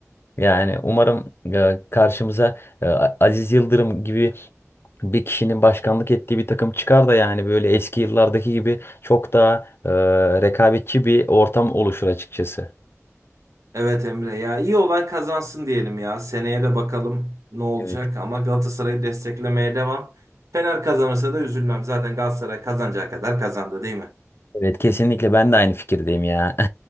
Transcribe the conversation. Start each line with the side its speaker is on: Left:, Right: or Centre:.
Left: Yani umarım e, karşımıza e, Aziz Yıldırım gibi bir kişinin başkanlık ettiği bir takım çıkar da yani böyle eski yıllardaki gibi çok daha e, rekabetçi bir ortam oluşur açıkçası.
Right: Evet Emre ya iyi olan kazansın diyelim ya. Seneye de bakalım ne olacak
Left: Evet.
Right: ama Galatasaray'ı desteklemeye devam. Fener kazanırsa da üzülmem. Zaten Galatasaray kazanacağı kadar kazandı değil mi?
Left: Evet kesinlikle ben de aynı fikirdeyim ya.